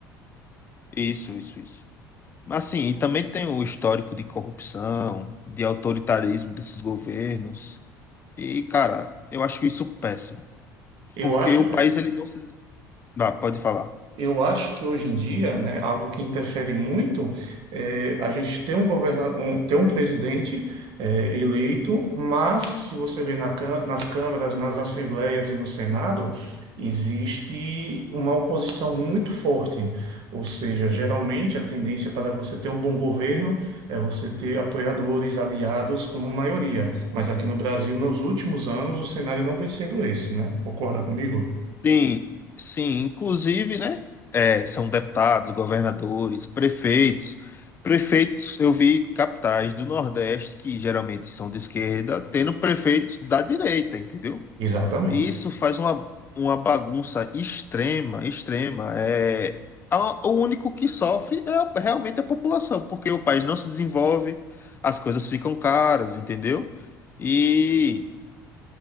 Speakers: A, on the left (about 20°); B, on the right (about 50°).
A: Isso, isso, isso. Mas assim, e também tem o histórico de corrupção, de autoritarismo desses governos. E, cara, eu acho isso péssimo,
B: Eu
A: porque
B: acho
A: o
B: que
A: país ele não se... Ah, pode falar.
B: Eu acho que hoje em dia, né, algo que interfere muito é a gente tem um governa um, tem um presidente é, eleito, mas se você vê na cam- nas câmaras, nas assembleias e no Senado, existe uma oposição muito forte. Ou seja, geralmente a tendência para você ter um bom governo é você ter apoiadores, aliados como maioria. Mas aqui no Brasil, nos últimos anos, o cenário não vem sendo esse, né? Concorda comigo?
A: Sim, sim, inclusive, né? é, são deputados, governadores, prefeitos. Prefeitos, eu vi capitais do Nordeste, que geralmente são de esquerda, tendo prefeitos da direita, entendeu?
B: Exatamente.
A: E isso faz uma, uma bagunça extrema, extrema. É, a- o único que sofre é a- realmente a população, porque o país não se desenvolve, as coisas ficam caras, entendeu? E,